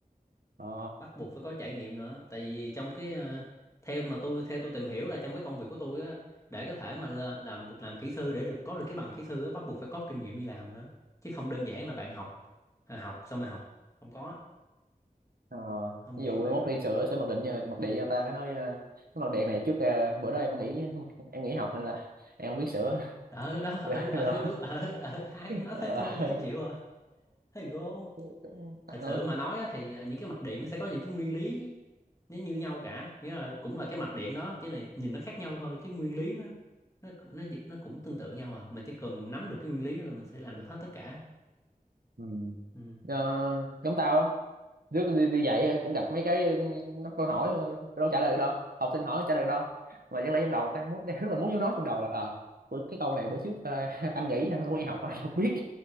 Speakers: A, on the right; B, on the left.
A: ờ,
B: bắt buộc phải có trải nghiệm nữa tại vì trong cái ờ, theo mà tôi theo tôi tìm hiểu là trong cái công việc của tôi á để có thể mà là, làm được làm kỹ sư để được có được cái bằng kỹ sư á bắt buộc phải có kinh nghiệm đi làm nữa chứ không đơn giản là bạn học à, học xong mà học không có
A: ờ,
B: không
A: ví
B: dễ
A: dụ
B: như vậy
A: mốt
B: được
A: đi sửa sẽ mặc định nha mặc định cho ta cái nói ờ, cái mặt điện này trước ờ, bữa đó em nghỉ em nghỉ học nên là em không biết sửa
B: ở
A: <laughs>
B: đó ở
A: rồi
B: ở
A: rồi.
B: đúng ở ở hai nó
A: Ờ,
B: <laughs> thấy thua hay chịu rồi thầy go
A: được Ờ,
B: thật sự mà nói á, thì ờ, những cái mạch điện nó sẽ có những cái nguyên lý nó như nhau cả nghĩa là cũng là cái mạch điện đó chỉ là nhìn nó khác nhau thôi chứ nguyên lý nó nó nó nó cũng tương tự nhau à mình chỉ cần nắm được cái nguyên lý là mình sẽ làm được hết tất cả
A: Ừ.
B: ừ.
A: Ờ, giống tao á trước đi, đi dạy á, cũng gặp mấy cái ừ, nó câu hỏi ừ, đâu trả lời được đâu học sinh hỏi trả lời được đâu mà chẳng lẽ trong đầu tao muốn đang rất là muốn nói trong đầu là ờ bữa- cái câu này bữa trước ờ, <laughs> anh nghĩ anh không đi học anh không biết